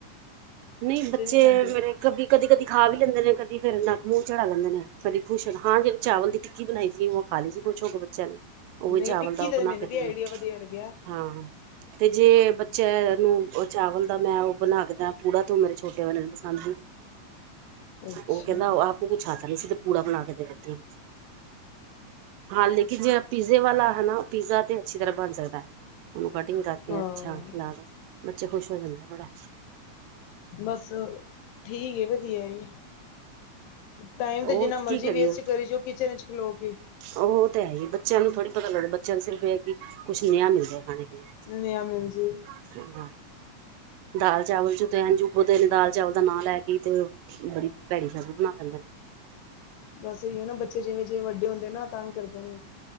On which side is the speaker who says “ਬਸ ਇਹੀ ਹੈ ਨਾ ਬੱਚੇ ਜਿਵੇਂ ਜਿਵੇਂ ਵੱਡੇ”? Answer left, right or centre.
Left